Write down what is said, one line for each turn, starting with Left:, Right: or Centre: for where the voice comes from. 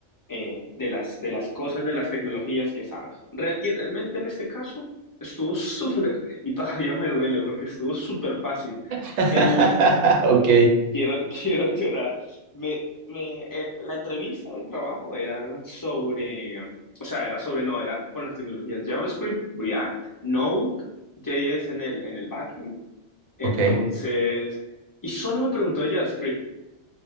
Left: eh, de las, de las cosas, de las tecnologías que sabes. Re- y realmente en este caso estuvo <laughs> súper, y todavía me duele porque estuvo súper fácil.
Right: <laughs>
Left: El,
Right: ok.
Left: quiero, <laughs> quiero llorar. Me, me, eh, la entrevista o el trabajo era sobre, o sea, era sobre, no, era con las tecnologías JavaScript, React, Node, JS en el, en el backend entonces,
Right: Ok,
Left: y solo me preguntó de JavaScript